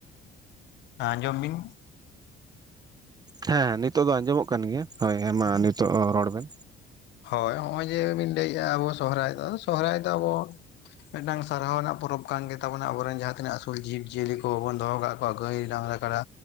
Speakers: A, on the left (about 65°); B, on the right (about 20°).
A: ᱟᱸᱡᱚᱢ ᱵᱤᱱ
B: ᱦᱮᱸᱮ ᱱᱤᱛᱚᱜᱜ ᱫᱚ ᱟᱸᱡᱚᱢᱚᱜ ᱠᱟᱱ ᱜᱮᱭᱟ ᱦᱳᱭ ᱦᱮᱸ ᱢᱟ ᱱᱤᱛᱚᱜ ᱨᱚᱲ ᱵᱮᱱ
A: ᱦᱳᱭ ᱱᱚᱜᱼᱚᱭ ᱡᱮ ᱵᱤᱱ ᱞᱮᱭᱮᱫᱼᱟ ᱟᱵᱚ ᱥᱚᱦᱨᱟᱭ ᱫᱚ ᱥᱚᱦᱨᱟᱭ ᱫᱚ ᱟᱵᱚ ᱢᱤᱫᱴᱟᱝ ᱥᱟᱨᱦᱟᱣ ᱨᱮᱱᱟᱜ ᱯᱚᱨᱚᱵᱽ ᱠᱟᱱ ᱢᱮᱛ ᱴᱟᱝ ᱥᱟᱨᱦᱟᱣ ᱨᱮᱱᱟ ᱯᱨᱳᱵ ᱠᱟᱱ ᱜᱮ ᱛᱟᱵᱚᱱᱟ ᱟᱵᱚᱨᱮᱱ ᱡᱟᱦᱟᱸ ᱛᱤᱱᱟᱹᱜ ᱟᱥᱩᱞ ᱡᱤᱵᱽ ᱡᱤᱭᱟᱹᱞᱤ ᱠᱚᱵᱚᱱ ᱫᱚᱦ ᱠᱟᱜᱣᱟ ᱦᱜᱟᱹᱭ ᱰᱟᱝᱨᱟ ᱠᱟᱰᱟ